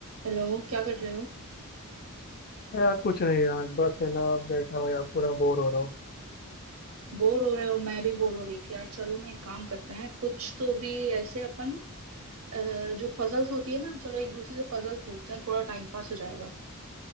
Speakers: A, on the right; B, on the left.
A: Hello क्या कर रहे हो
B: यार कुछ नहीं यार बस है ना बैठा हुआ यार पूरा बोर हो रहा हूँ
A: बोर हो रहे हो मैं भी बोर हो रही थी यार चलो मैं एक काम करते हैं कुछ तो भी ऐसे अपन अ, जो पजल्स होती है ना चलो एक दूसरे से पजल पूछते हैं थोड़ा टाइम पास हो जाएगा